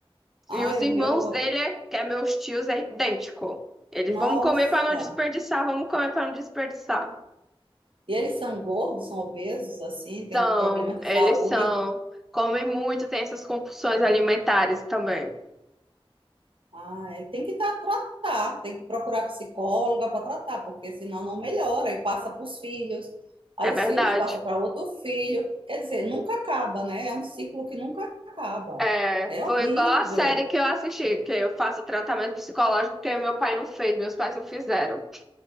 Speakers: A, on the right; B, in the centre.
A: Ai,
B: E os irmãos
A: o meu.
B: dele, é- que é meus tios, é idêntico. Eles
A: Nossa!
B: vamos comer para não desperdiçar, vamos comer para não desperdiçar.
A: E eles são gordos, são obesos, assim, têm
B: São,
A: problemas de
B: eles
A: saúde.
B: são, comem muito, tem essas compulsões alimentares também.
A: Ai, tem que tá, tratar, tem que procurar psicóloga para tratar, porque senão não melhora e passa para os filhos. Aí
B: É verdade.
A: os filhos passam para outro filho. Quer dizer, nunca acaba, né? É um ciclo que nunca acaba.
B: É,
A: É
B: foi
A: horrível.
B: igual a série que eu assisti, que eu faço tratamento psicológico porque meu pai não fez, meus pais não fizeram.